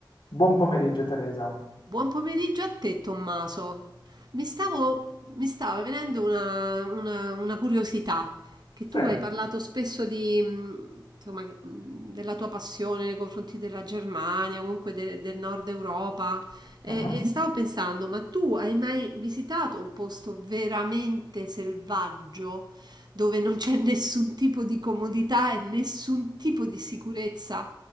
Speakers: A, on the left; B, on the right.
A: Buon pomeriggio Teresa.
B: Buon pomeriggio a te, Tommaso. Mi stavo, mi stava venendo una, una- una curiosità, che
A: Sì.
B: tu hai parlato spesso di, mh, insomma, che- mh, della tua passione nei confronti della Germania, comunque de- del Nord Europa, e,
A: mhm.
B: e stavo pensando, ma tu hai mai visitato un posto veramente selvaggio, dove non c'è nessun tipo di comodità e nessun tipo di sicurezza?